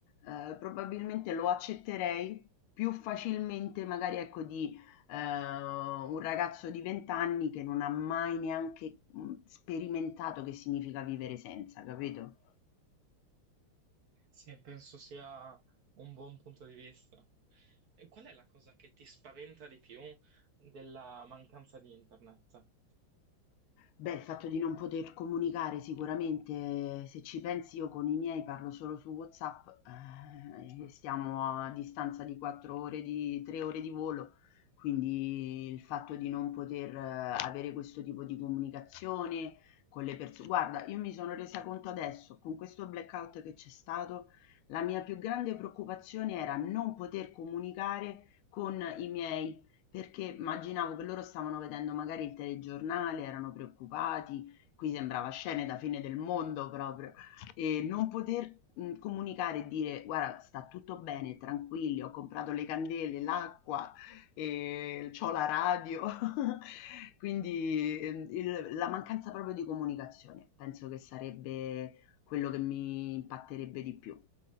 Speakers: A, on the left; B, on the right.
A: eh, probabilmente lo accetterei più facilmente, magari ecco, di eh, un ragazzo di 20 anni che non ha mai neanche mh, sperimentato che significa vivere senza, capito?
B: Sì, penso sia un buon punto di vista. E qual è la cosa che ti spaventa di più della mancanza di internet?
A: Beh, il fatto di non poter comunicare sicuramente, se ci pensi io con i miei parlo solo su WhatsApp, ehm, e stiamo a distanza di 4 ore di 3 ore di volo, quindi il fatto di non poter eh, avere questo tipo di comunicazione con le persone. Guarda, io mi sono resa conto adesso, con questo blackout che c'è stato, la mia più grande preoccupazione era non poter comunicare con i miei perché immaginavo che loro stavano vedendo magari il telegiornale, erano preoccupati, qui sembrava scene da fine del mondo proprio, e non poter mh, comunicare e dire guarda, sta tutto bene, tranquilli, ho comprato le candele, l'acqua, e c'ho la radio. <laughs> Quindi ehm, il- la mancanza proprio di comunicazione, penso che sarebbe quello che mi impatterebbe di più.